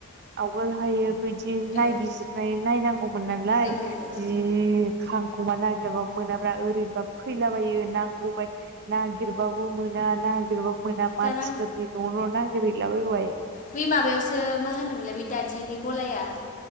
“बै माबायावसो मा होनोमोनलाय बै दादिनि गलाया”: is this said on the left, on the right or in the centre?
Left